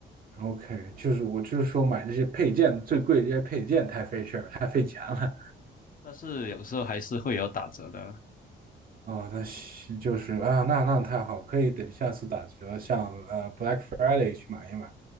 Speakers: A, on the right (about 45°); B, on the left (about 45°).
A: OK，就是我就是说买这些配件最贵这些配件太费事儿，太费钱了。
B: 但是有时候还是会有打折的。
A: 哦，那行就是啊，那那太好，可以等下次打折，像呃 Black Friday 去买一买，